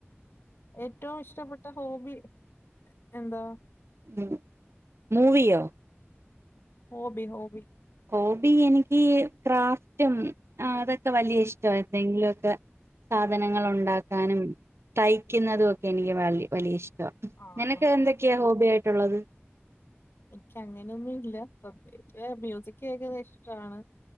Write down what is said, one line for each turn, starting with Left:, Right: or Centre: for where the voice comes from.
Left: ഏറ്റവും ഇഷ്ടപ്പെട്ട ഹോബി എന്താ
Right: ഉം മൂവിയോ
Left: ഹോബി ഹോബി
Right: ഹോബി എനിയ്ക്കേ ക്രാഫ്റ്റും അതൊക്കെ വലിയ ഇഷ്ടാ എന്തെങ്കിലൊക്കെ സാധനങ്ങൾ ഒണ്ടാക്കാനും തയ്ക്കുന്നതും ഒക്കെ എനിക്ക് വലിയ ഇഷ്ട്ട്
Left: ആഹ്
Right: നിനക്ക്
Left: ആഹ്
Right: എന്തൊക്കെയാ
Left: ആഹ്
Right: ഹോബി ആയിട്ടുള്ളത്
Left: എനിയ്ക്ക് അങ്ങനെയൊന്നും ഇല്ല പ്രത്യേകിച്ച് മ്യൂസിക് കേക്കുന്നെ ഇഷ്ടാണ്